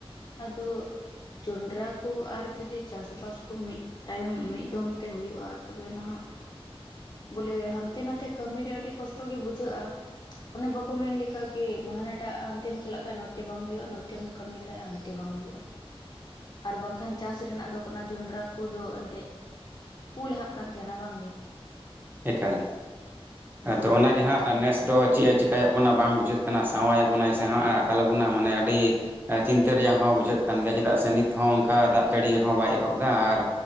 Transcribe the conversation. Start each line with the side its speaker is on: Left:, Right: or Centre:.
Left: ᱟᱫᱚ ᱡᱚᱱᱰᱨᱟ ᱠᱚ ᱟᱨ ᱡᱩᱫᱤ ᱪᱟᱥᱵᱟᱥ ᱠᱚ ᱢᱤᱜ ᱛᱟᱭᱚᱢ ᱢᱤᱫ ᱫᱚᱢ ᱛᱮ ᱦᱩᱭᱩᱜ-ᱟ ᱛᱚᱵᱮ ᱱᱟᱦᱟᱜ ᱵᱚᱞᱮ ᱦᱟᱱ ᱛᱮ ᱱᱟᱛᱮ ᱠᱟᱹᱢᱤᱨᱮ ᱟᱹᱰᱤ ᱠᱚᱥᱴᱚ ᱜᱮ ᱵᱩᱡᱷᱟᱹᱜ-ᱟ, ᱚᱱᱮ ᱵᱟᱠᱚ ᱢᱮᱱ ᱞᱮᱠᱟ ᱠᱤ ᱦᱟᱱᱟᱴᱟᱜ ᱦᱟᱱᱛᱮᱢ ᱪᱟᱞᱟᱜ ᱠᱷᱟᱡ ᱱᱚᱛᱮ ᱵᱟᱝ ᱦᱩᱭᱩᱜ-ᱟ ᱱᱚᱛᱮᱢ ᱠᱟᱹᱢᱤ ᱠᱷᱟᱡ ᱦᱟᱱᱛᱮ ᱵᱟᱝ ᱦᱩᱭᱩᱜ-ᱟ᱾ ᱟᱨ ᱵᱟᱝᱠᱷᱟᱱ ᱪᱟᱥ ᱨᱮᱱᱟᱜ ᱫᱚ ᱠᱟᱱᱟ ᱡᱚᱱᱰᱨᱟ ᱠᱩᱫᱚ ᱮᱱᱛᱮᱜ ᱯᱩ ᱞᱟᱦᱟᱜ ᱠᱟᱱ ᱛᱮᱦᱮᱱᱟ ᱵᱟᱝ ᱜᱮ
Right: ᱮᱠᱟᱞ
Left: ᱦᱮᱸ
Right: ᱟᱫᱚ ᱚᱱᱟᱜᱮ
Left: ᱟᱨ ᱱᱤᱛᱚᱜ
Right: ᱦᱟᱸᱜ ᱱᱮᱥ ᱫᱚ ᱪᱮᱜ ᱮ ᱪᱤ ᱠᱟᱭᱮᱜ ᱵᱚᱱᱟ ᱵᱟᱝ ᱵᱩᱡᱷᱟᱹᱜ ᱠᱟᱱᱟ ᱥᱟᱶᱟᱭ ᱟᱵᱚᱱᱟᱭ ᱥᱮ ᱦᱟᱸᱜ ᱮ ᱟᱠᱟᱞᱟᱵᱩᱱᱟ ᱢᱟᱱᱮ ᱟᱹᱰᱤ ᱪᱤᱱᱛᱟᱹ ᱨᱮᱭᱟᱜ ᱦᱚᱸ ᱵᱩᱡᱷᱟᱹᱜ ᱠᱟᱱ ᱜᱮᱭᱟ ᱪᱮᱫᱟᱜ ᱥᱮ ᱱᱤᱛᱦᱚᱸ ᱚᱝᱠᱟ ᱫᱟᱜ ᱡᱟᱹᱲᱤ ᱦᱚᱸ ᱵᱟᱭ ᱮᱦᱚᱵ ᱫᱟ ᱟᱨ